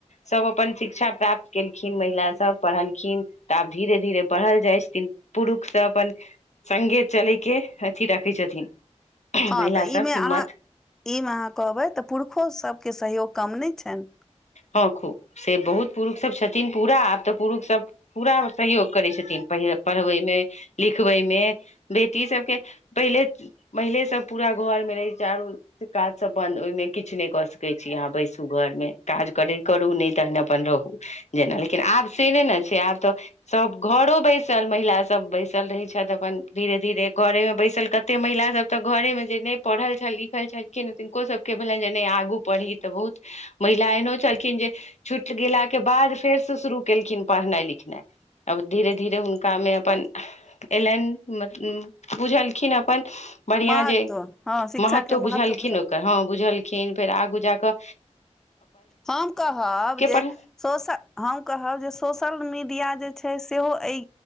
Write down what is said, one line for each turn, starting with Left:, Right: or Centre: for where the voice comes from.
Left: सभ अपन शिक्षा प्राप्त केलखिन महिला सब पढ़लखिन तऽ आब धीरे धीरे बढ़ल जाइ छथिन पुरुष सँ अपन संगे चलै के अथी राखै छथिन
Centre: हँ
Left: महिला
Centre: तऽ ईमे
Left: सब
Centre: अहाँ
Left: हिम्मत
Centre: ईमे अहाँ कहबै तऽ पुरुषो सभके सहयोग कम नहि छनि
Left: हँ खूब से बहुत पुरुष सब छथिन पूरा आब तऽ पुरुष सब पूरा सहयोग करै छथिन पहि पढ़बैमे लिखबैमे बेटी सबके पहिले महिले सब पूरा घर मे रहै चारू से काज सब अपन ओहिमे किछु नहि कऽ सकैत छी अहाँ बैसू घर मे काज करै करू नहि तहन अपन रहू जेना लेकिन आब से नहि ने छै आब तऽ सभ घरो बैसल महिलाासब सभ बैसल रहै छथि अपन धीरे धीरे घरेमे बैसल कत एते महिला सब तऽ घरे मे जे नहि पढ़ल छल लिखल छलखिन तनको सब के भेलनि जे नहि आगू पढ़ी तऽ बहुत <unintelligible> महिला एहनो छलखिन जे छुटि गेलाके बाद फेर से शुरू केलखिन पढ़नाइ लिखनाइ अब धीेरे धीर ह का मे अपन एलनि बुझलखिन अपन बढ़िआं
Centre: महत्व
Left: जे
Centre: हँ शिक्षाके
Left: महत्व बुझलखिन
Centre: बुझल
Left: ओकर हँ बुझलखिन फेर आगू जााकऽ
Centre: हम कहब जे
Left: पढ़
Centre: सोशल हम कहब जे सोशल मीडिया जे छै सेहो एहि